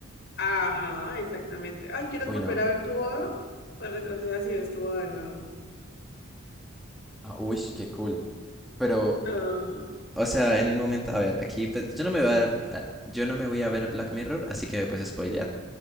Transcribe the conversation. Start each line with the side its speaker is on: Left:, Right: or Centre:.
Left: Ajá, exactamente. Ay, ¿quieres
Centre: Uy,
Left: volver
Centre: no.
Left: a ver tu boda? Pues retrocedas y ves tu boda de nuevo.
Centre: Ah, uy, qué cool. Pero,
Left: Ah,
Centre: o sea, en el momento, a ver, aquí, pues, yo no me voy a ver, ah, yo no me voy a ver Black Mirror, así que me puedes spoilear.